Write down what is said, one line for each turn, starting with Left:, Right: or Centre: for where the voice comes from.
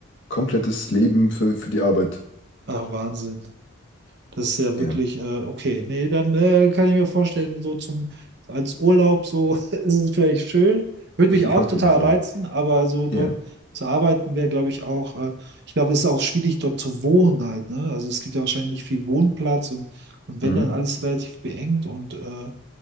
Left: komplettes Leben für, für die Arbeit.
Right: ah, Wahnsinn. Das ist ja
Left: Ja,
Right: wirklich, äh, okay, nee, dann äh, kann ich mir vorstellen, so zum, als Urlaub, so <laughs> ist es vielleicht schön. Würde
Left: <laughs>
Right: mich
Left: ja,
Right: auch
Left: auf
Right: total
Left: jeden Fall.
Right: reizen, aber so dort
Left: Ja.
Right: zu arbeiten wäre, glaube ich, auch, äh, ich glaube, es ist auch schwierig, dort zu wohnen halt, ne? Also es gibt ja wahrscheinlich nicht viel Wohnplatz und, und
Left: Mhm.
Right: wenn dann alles relativ beengt und äh,